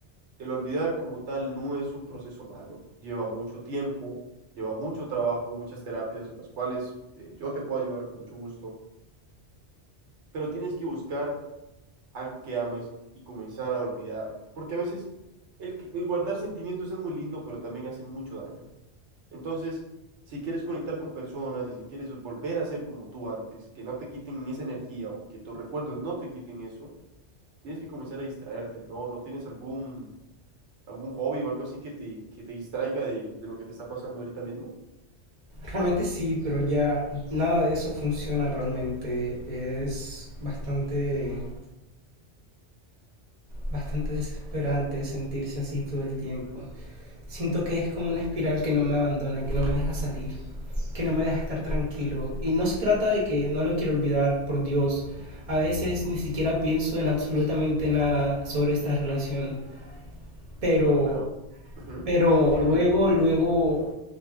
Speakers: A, on the right; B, on the right.
A: El olvidar como tal no es un proceso malo, lleva mucho tiempo, lleva mucho trabajo, muchas terapias, en las cuales eh, yo te puedo ayudar con mucho gusto, pero tienes que buscar algo que ames y comenzar a olvidar. Porque a veces el, que- el guardar sentimientos es muy lindo, pero también hace mucho daño. Entonces, si quieres conectar con personas y si quieres volver a ser como tú antes, que no te quiten esa energía o que tus recuerdos no te quiten eso, tienes que comenzar a distraerte, ¿no? ¿No tienes algún, algún hobby o algo así que te, que te distraiga de, de lo que te está pasando ahorita mismo?
B: Realmente sí, pero ya nada de eso funciona realmente. Es bastante, bastante desesperante sentirse así todo el tiempo. Siento que es como una espiral que no me abandona, que no me deja salir, que no me deja estar tranquilo. Y no se trata de que no lo quiero olvidar, por Dios. A veces ni siquiera pienso en absolutamente nada sobre esta relación. Pero,
A: Bueno, ujú,
B: pero
A: Sigue,
B: luego,
A: sigue.
B: luego